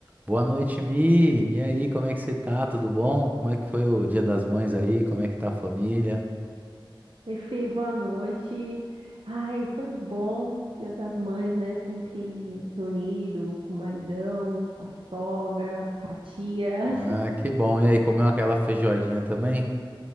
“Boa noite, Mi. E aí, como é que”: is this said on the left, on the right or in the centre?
Right